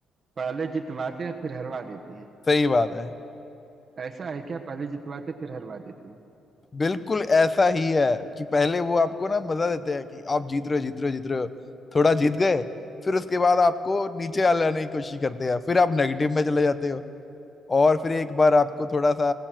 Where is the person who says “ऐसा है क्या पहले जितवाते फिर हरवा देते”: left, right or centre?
Right